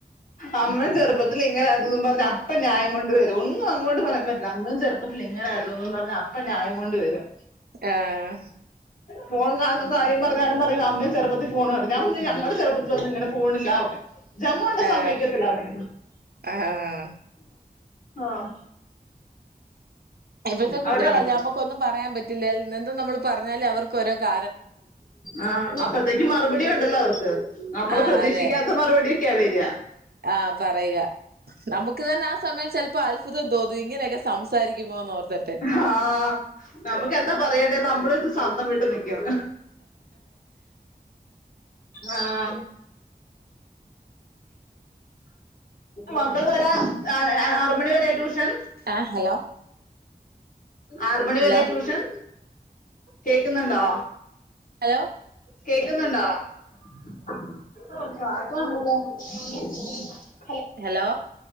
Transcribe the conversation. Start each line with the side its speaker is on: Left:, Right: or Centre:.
Left: അമ്മേം ചെറുപ്പത്തിൽ ഇങ്ങനെയാരുന്നെന്നും പറഞ്ഞ് അപ്പ ന്യായം കൊണ്ട് വരും ഒന്നും അങ്ങോട്ട് പറയാൻ പറ്റില്ല അമ്മയും ചെറുത്തിൽ ഇങ്ങനെയായിരുന്നുന്നും പറഞ്ഞ് അപ്പ ന്യായം കൊണ്ട് വരും
Right: ആഹ്
Left: ഫോൺ കാണുന്ന കാര്യം പറഞ്ഞാലും പറയും അമ്മേം ചെറുപ്പത്തിൽ ഫോൺ കാണും ഞാൻ പറഞ്ഞു ഞങ്ങളുടെ ചെറുപ്പത്തിൽ ഇങ്ങനെ ഫോണില്ലന്ന് പറയും ജമ്മുണ്ട
Right: ആ
Left: സമ്മതിക്കില്ല അവൻ
Right: ആ ആ
Left: ആഹ്
Right: ഇപ്പോഴത്തെ കുട്ടികളല്ലേ
Left: അവിടെ
Right: നമ്മുക്കൊന്നും പറയാൻ പറ്റില്ല എന്തും നമ്മൾ പറഞ്ഞാല് അവർക്ക് ഓരോ ക
Left: ആഹ് അപ്പത്തേക്കും മറുപടി ഉണ്ടല്ലോ അവർക്ക് നമ്മെ
Right: ആ
Left: പ്രതീക്ഷിക്കാ
Right: അതെ
Left: ക്കത്ത മറുപടിയൊക്കെയാ വരിക
Right: ആ പറയുക നമുക്ക് തന്നെ ആ സമയം ചെലപ്പോ അത്ഭുതം തോന്നും ഇങ്ങനെയൊക്കെ സംസാരിക്കുമോന്ന് ഓർത്തിട്ട്
Left: ആഹ് നമുക്ക് എന്താ പറയണ്ടേ നമ്മള് ഇത് സ്ന്തം വിട്ട് നിക്കും ആഹ് മക്കൾ വരാൻ ആറ് മണി വരെ ട്യൂഷൻ
Right: ആഹ് ഹലോ
Left: ആറ് മണി
Right: ഹലോ
Left: വരെ ട്യൂഷൻ കേക്കുന്നുണ്ടോ
Right: ഹലോ
Left: കേക്കുന്നുണ്ടോ <unintelligible>
Right: ഹലോ